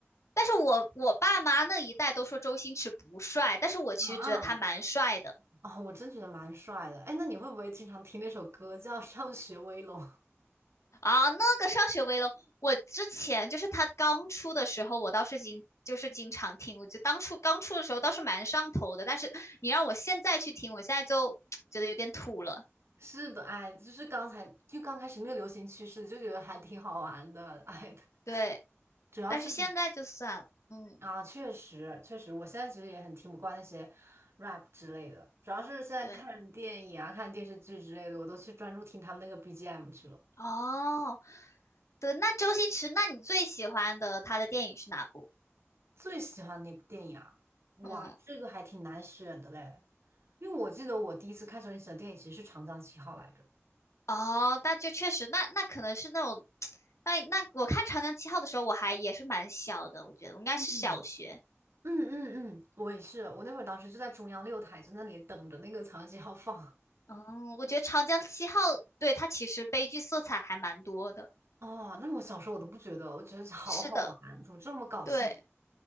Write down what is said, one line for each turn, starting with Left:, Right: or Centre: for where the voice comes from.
Left: 但是我我爸妈那一代都说周星驰不帅，但是我其实觉得他蛮帅的。
Right: 啊，哦，我真觉得蛮帅的。哎，那你会不会经常听那首歌叫《上学威龙》？
Left: 啊，那个上学威龙》，我之前就是他刚出的时候，我倒是经就是经常听，我就当初刚出的时候倒是蛮上头的，但是你让我现在去听，我现在就 <tsk> 觉得有点土了。
Right: 是的，哎，就是刚才就刚开始那个流行趋势，就觉得还挺好玩的，哎，
Left: 对，
Right: <laughs> 主要是
Left: 但是现在就算了，嗯，
Right: 啊，确实确实，我现在其实也很听不惯那些 rap 之类的，主要是现在看电影啊、
Left: 对，
Right: 看电视剧之类的，我都去专注听他们那个 BGM 去了。
Left: 哦，对，那周星驰，那你最喜欢的他的电影是哪部？
Right: 最喜欢哪部电影啊？哇，
Left: 嗯，
Right: 这个还挺难选的嘞，因为我记得我第一次看周星驰的电影其实是《长江七号》来着。
Left: 哦，那就确实，那那可能是那种，<tsk> 那那我看《长江七号》的时候，我还也是蛮小的，我觉得我应该是小学。
Right: 嗯嗯嗯嗯，我也是，我那会儿当时就在中央六台，在那里等着那个《长江七号》放。
Left: 嗯，我觉得《长江七号》对它其实悲剧色彩还蛮多的。
Right: 哦，那我小时候我都不觉得，我觉得 <laughs> 好好玩，
Left: 是的，
Right: 怎么这么搞笑？
Left: 对